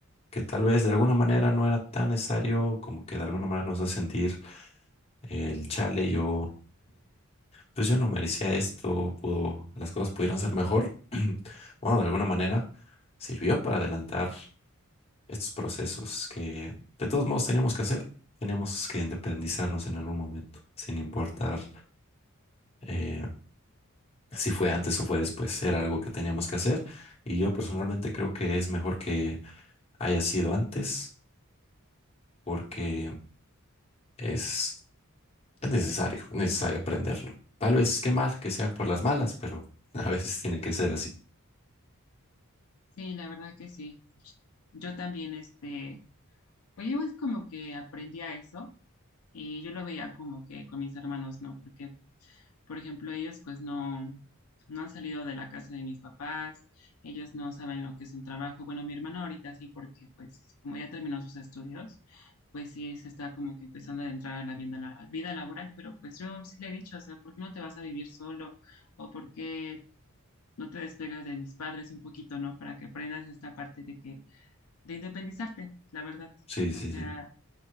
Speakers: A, on the left (about 25°); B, on the left (about 75°).
A: que tal vez de alguna manera no era tan necesario, como que de alguna manera nos hace sentir eh, el chale, yo, pues yo no merecía esto, pudo, las cosas pudieron ser mejor. <clears throat> Bueno, de alguna manera sirvió para adelantar estos procesos que de todos modos teníamos que hacer. Teníamos que independizarnos en algún momento, sin importar eh, si fue antes o fue después. Era algo que teníamos que hacer y yo personalmente creo que es mejor que haya sido antes porque es, es necesario, es necesario aprenderlo. Tal vez qué mal que sea por las malas, pero <laughs> a veces tiene que ser así.
B: Sí, la verdad que sí. Yo también, este, pues yo es como que aprendí a eso y yo lo veía como que con mis hermanos, ¿no? Porque Por ejemplo, ellos pues no, no han salido de la casa de mis papás, ellos no saben lo que es un trabajo. Bueno, mi hermano ahorita sí, porque pues como ya terminó sus estudios, pues sí se está como que empezando a entrar a la vida, la vida laboral, pero pues yo sí le he dicho, o sea, ¿por qué no te vas a vivir solo? ¿O por qué no te despegas de mis padres un poquito, ¿no? Para que aprendas esta parte de que, de independizarte, la verdad.
A: Sí,
B: O
A: sí,
B: sea,
A: sí.